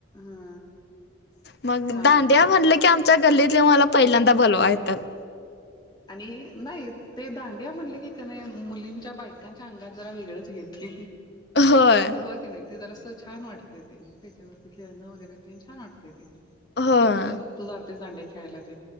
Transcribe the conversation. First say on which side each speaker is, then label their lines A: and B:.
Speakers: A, on the left (about 20°); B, on the left (about 60°).
A: हा
B: मग
A: छान
B: दांडिया
A: असतय
B: म्हणलं की आमच्या गल्लीतले मला पहिल्यांदा बलवा येतं
A: आणि नाही ते दांडिया म्हटले की का नाही मुलींच्या बायकांच्या अंगात जरा वेगळंच घेते
B: होय
A: हो क नाही ते जरास छान वाटते ते त्याच्यावरती खेळणं वगैरे ते छान वाटते ते म्हणजे
B: होय
A: तुझ तू जातेस दांडे खेळायला ते